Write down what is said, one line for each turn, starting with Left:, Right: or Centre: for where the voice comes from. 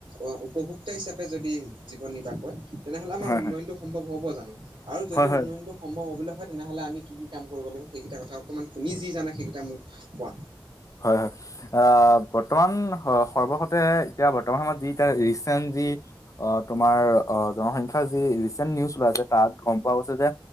Right: অ, উপভোক্তা হিচাপে যদি জীৱন নিৰ্বাহ কৰে। তেনেহ'লে আমাৰ
Left: হয়
Right: উন্নয়নটো
Left: হয়
Right: সম্ভৱ হ'ব জানো? আৰু যদি
Left: হয় হয়
Right: উন্নয়নটো সম্ভৱ হ'বলৈ হয় তেনেহ'লে আমি কি কি কাম কৰিব লাগিব? সেইকেইটা কথা অকণমান তুমি যি জানা, সেইকেইটা মোক কোৱা।
Left: হয়, হয়। আ, বৰ্তমান সৰ্বসতে এতিয়া বৰ্তমান সময়ত, যি এতিয়া, ৰিচেন্ট যি অ, তোমাৰ অ, জনসংখ্যা যি ৰিচেণ্ট নিউজ ওলাই আছে তাত গম পোৱা গৈছে যে